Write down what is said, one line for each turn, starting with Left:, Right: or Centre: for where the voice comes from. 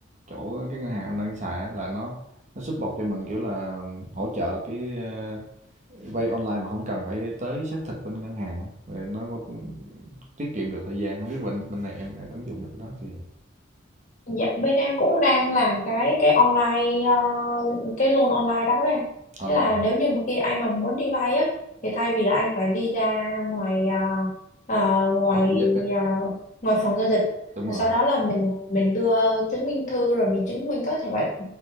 Right: chỗ cái ngân hàng anh đang xài á là nó nó support cho mình, kiểu là, hỗ trợ cái, ơ, vay online mà không cần phải tới xác thực bên ngân hàng á, rồi nó cũng tiết kiệm được thời gian. không biết bên bên này em ứng dụng được cái đó chưa nhỉ?
Left: Dạ, bên em cũng đang làm cái cái online ờ, cái loan online đó đấy anh.
Right: Ờ,
Left: Thế là nếu như mà khi anh mà muốn đi vay á thì thay vì là anh phải đi ra ngoài ờ, ờ, ngoài
Right: phòng giao dịch á,
Left: ờ, ngoài phòng giao dịch
Right: đúng
Left: rồi
Right: rồi,
Left: sau đó là mình mình đưa chứng minh thư rồi mình chứng minh các thể loại